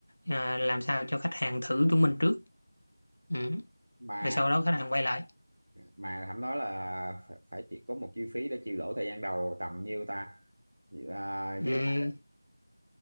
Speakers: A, on the left; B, on the right.
A: ờ, làm sao cho khách hàng thử chúng mình trước ừ.
B: mà
A: rồi sau đó khách hàng quay lại
B: mà Thẩm nói là phải, phải chỉ có một chi phí để chịu lỗ thời gian đầu tầm nhiêu ta à,
A: ừ.
B: với lại